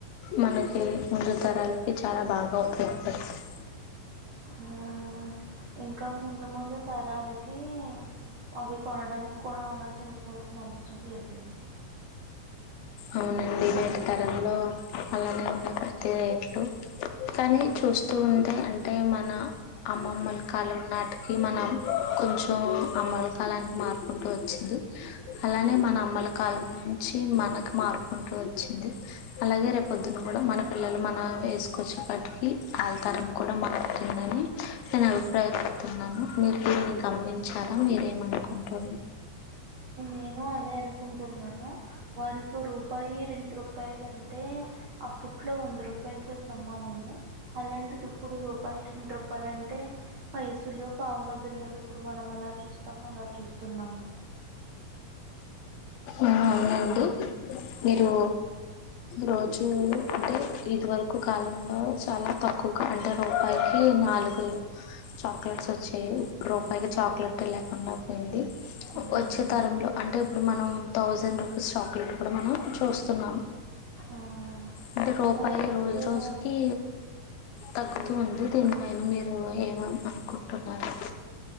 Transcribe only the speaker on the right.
మ్
మ్మ్ ఇంకా ముందు ముందు తరాలకి అవి కొనడానికి కూడా ఆలోచించుకోవాల్సిన అవసరం లేదు ఏమో.
మ్మ్
నేను అదే అనుకుంటున్నాను. వారికి రూపాయి రెండు రూపాయలు అంటే అప్పుడు ట్లో వంద రూప రూపాయలతో సమానము అలాంటిది ఇప్పుడూ రూప రూపాయి, రెండు రూపాయలు అంటే, పైసులు పావుల బిల్లలు ఇప్పుడు మనం ఎలా చూస్తామో అలా చూస్తున్నాము.
మ్మ్
మ్మ్
రేపు వచ్చేదా
మ్మ్